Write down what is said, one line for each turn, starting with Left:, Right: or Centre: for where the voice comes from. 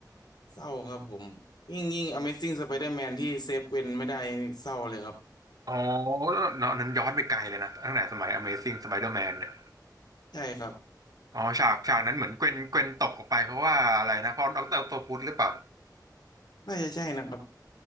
Left: เศร้าครับผมยิ่งยิ่ง Amazing Spider-Man ที่เซฟเวนไม่ได้เศร้าเลยครับ
Right: อ๋อเนาะนั้นย้อนไปไกลเลยนะตั้งแต่สมัย Amazing Spider-Man เนี่ย
Left: ใช่ครับ
Right: อ๋อฉากฉากนั้นเหมือนเกวนเกวนตกออกไปเพราะว่าอะไรนะเพราะดอกเตอร์ออคโตปุสหรือเปล่า
Left: น่าจะใช่นะครับ